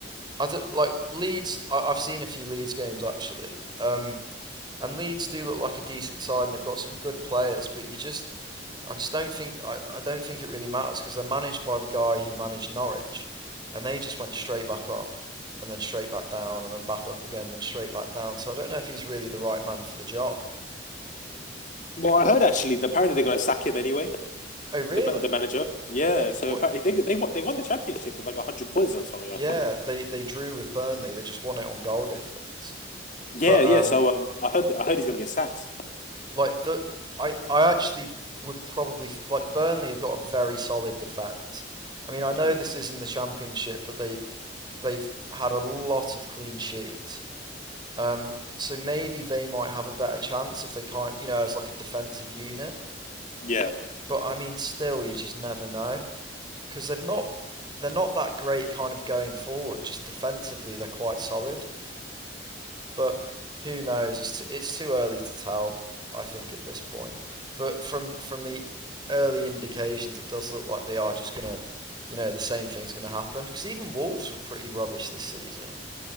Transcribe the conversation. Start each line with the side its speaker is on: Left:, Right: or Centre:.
Right: I don't, like Leeds. I, I've seen a few Leeds games actually, um, and Leeds do look like a decent side, and they've got some good players. But you just, I just don't think I, I don't think it really matters because they're managed by the guy who managed Norwich, and they just went straight back up, and then straight back down, and then back up again, then straight back down. So I don't know if he's really the right man for the job.
Left: Well, I heard actually that apparently they're going to sack him anyway.
Right: Oh, really?
Left: The ma- the manager, yeah. So
Right: What
Left: apparently they they won they won the championship with like hundred points or something,
Right: Yeah,
Left: I think.
Right: they they drew with Burnley. They just won it on goal difference.
Left: Yeah,
Right: But
Left: yeah.
Right: um,
Left: So um, I heard I heard he's gonna get sacked.
Right: like the I I actually would probably like Burnley have got a very solid defense. I mean, I know
Left: <laughs>
Right: this is in the championship, but they they've had a lot of clean sheets. Um, so maybe they might have a better chance if they can't, you know, as like a defensive unit.
Left: Yeah,
Right: But I mean, still, you just never know because they've not they're not that great kind of going forward. Just defensively, they're quite solid. but who knows? It's t- it's too early to tell. I think at this point, but from from the early indications, it does look like they are just gonna, you know, the same thing's gonna happen. Because even Wolves were pretty rubbish this season,